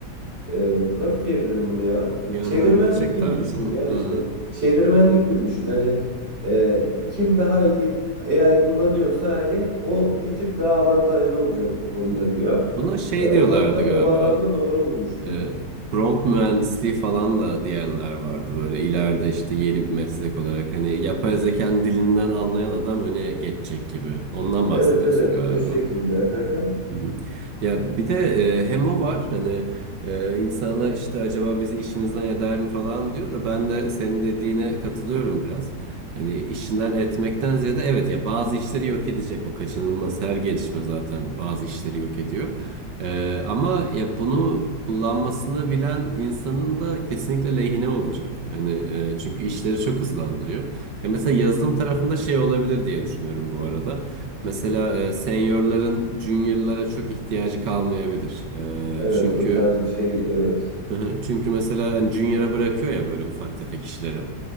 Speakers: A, on the right; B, on the right.
A: ee, nasıl diyebilirim bunu ya?
B: Yönlendirecek
A: Çevirmenlik gibi
B: tarzı
A: düşün
B: mı?
A: ya
B: Hı
A: işte. Çevirmenlik gibi düşün. Hani e, kim daha iyi AI kullanıyorsa hani o bir tık daha avantajlı olacak bu konuda
B: hı.
A: diyor.
B: Buna şey
A: E, o
B: diyorlardı
A: konuda o
B: galiba.
A: bağlamda doğru bulmuştum
B: E,
A: ben.
B: prompt mühendisliği falan da diyenler vardı böyle ileride işte yeni bir meslek olarak hani yapay zekanın dilinden anlayan adam öne geçecek gibi. Ondan bahsediyorsun
A: Evet evet
B: galiba.
A: o şekilde. Hı hı.
B: Hı hı. Ya bir de e, hem o var hani e, insana işte acaba bizi işimizden eder mi falan diyor da ben de senin dediğine katılıyorum biraz. Hani işinden etmekten ziyade evet ya bazı işleri yok edecek o kaçınılmaz her gelişme zaten bazı işleri yok ediyor. E, ama ya bunu kullanmasını bilen insanın da kesinlikle lehine olacak. Hani e, çünkü işleri çok hızlandırıyor. Ya mesela yazılım tarafında şey olabilir diye düşünüyorum bu arada. Mesela e, seniorların juniorlara çok ihtiyacı kalmayabilir.
A: Evet
B: E, çünkü
A: o tarz bir şey evet.
B: <laughs> çünkü mesela hani junior'a bırakıyor ya böyle ufak tefek işleri.